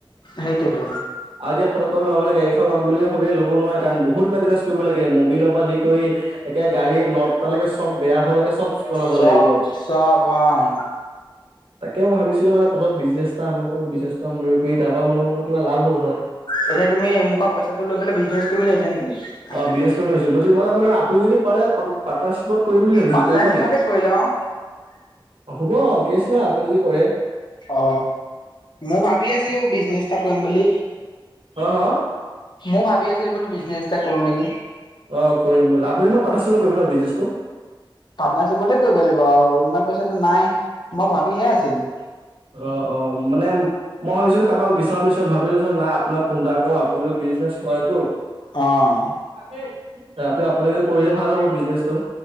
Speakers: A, on the left (about 55°); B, on the right (about 85°).
A: সেইটোয়েটো
B: আজিয়ে পটককে লোৱা মানে গাড়ী এখন ল'ম বুলি ভাবিলে ল'ব নোৱাৰে কাৰণ বহুত মেইনটেনেঞ্চ কৰিব লাগে মবিলৰে পৰা আদি কৰি একে গাড়ীৰ নট এটালৈকে চব বেয়াহোৱালৈকে চব বনাব
A: চব
B: লাগিব
A: চব অঁ
B: তাকে মই ভাবিছিলো মানে প্ৰথম বিজনেছ ‌এটা আৰম্ভ কৰো বিজনেছটো আৰম্ভণি কৰি তাৰ পৰা মানে কিবা অলপ লাভ হ'ল হয়
A: এতিয়া তুমি মোৰ পৰা পইচাটো লৈ পেলাই বিজনেচ কৰিম বুলি ভাহিছা নেকি
B: অ বিজনেছ কৰিম বুলি ভাবিছো মানে আপুনি যদি পাৰে পা পাৰ্টনাৰশ্বিপত কৰিম বুলি ভাবিছিলো
A: পাৰ্টনাৰশ্বিপতে
B: কৰিবা নেকি
A: কৰি লওঁ
B: হ'ব কেচ নাই আপুনি যদি কৰে
A: অ মই ভাবি আছিলো বিজনেছ এটা কৰিম বুলি
B: হা হা
A: মই ভাবি আছিলো বোলো বিজনেছ এটা কৰো নেকি
B: অ কৰিম আপুনি মই পাৰ্টনাৰশ্বিপত কৰিম ন বিজনেছটো
A: পাৰ্টনাৰশ্বিপতে কৰিব লাগিব আৰু ইমান পইচাটো নাই মই ভাবিহে আছিলো
B: অ' অ' মানে মই ভাবিছিলো <unintelligible> বিচাৰিম ভাবিলো নাই আপোনাক ফোন এটা কৰো আপুনিও বিজনেছ কৰেটো।
A: অ'।
B: <unintelligible> আপুনিটো কৰিলে ভাল হ'ব বিজনেছটো